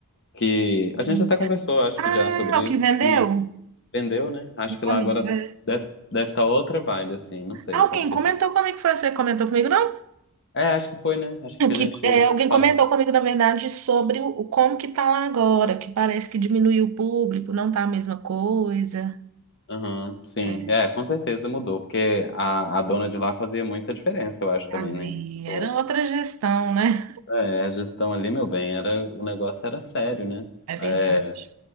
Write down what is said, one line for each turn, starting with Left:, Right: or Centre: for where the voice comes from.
Left: Que
Right: hum.
Left: a gente até conversou, acho
Right: Ah,
Left: que já, sobre
Right: o que
Left: isso,
Right: vendeu?
Left: que vendeu, né? Acho que lá
Right: Amiga.
Left: agora deve deve estar outra vibe, assim, não sei
Right: Alguém
Left: como que
Right: comentou
Left: tá.
Right: como é que foi? Você comentou comigo? Não?
Left: É, acho que foi, né? Acho que a
Right: Que,
Left: gente,
Right: é,
Left: eu
Right: alguém
Left: te
Right: comentou
Left: falei.
Right: comigo, na verdade, sobre o, o como que tá lá agora, que parece que diminuiu o público, não tá a mesma coisa.
Left: Aham, sim.
Right: É,
Left: É, com certeza mudou, porque a, a dona de lá fazia muita diferença, eu acho também,
Right: fazia.
Left: né? Tipo,
Right: Era outra gestão, né?
Left: é, a gestão ali, meu bem, era, o negócio era sério, né?
Right: É verdade.
Left: É,